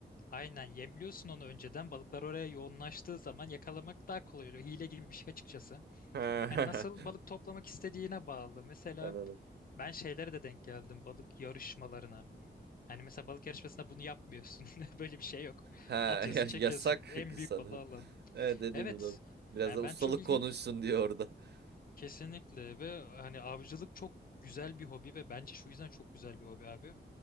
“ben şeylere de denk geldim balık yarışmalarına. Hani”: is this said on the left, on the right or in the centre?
Left